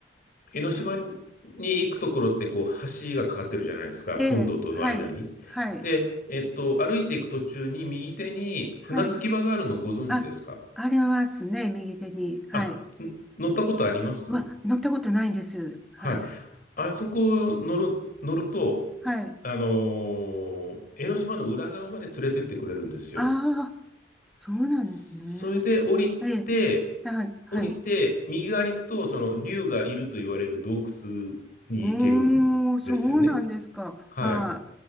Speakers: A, on the left; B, in the centre.
A: 江ノ島に行くところって、こう、橋がかかってるじゃないですか。
B: ええ、
A: 本土との間に。
B: はい。はい。
A: で、えっと、歩いていく途中に右手に船着き場があるのご存知ですか
B: はい。あ、ありますね。右手に。はい。
A: あ、ん乗ったことあります
B: うわ、乗ったことないです。はい。
A: はい。あそこ乗る、乗ると、
B: はい。
A: あのー江ノ島の裏側まで連れてってくれるんですよ。
B: ああ、そうなんですね。
A: そそれで降りて、
B: ええ、はい。はい。
A: 降りて、右側に行くと、その竜がいると言われる洞窟に行けるんですよね。
B: うーん、そうなんですか。
A: はい。
B: は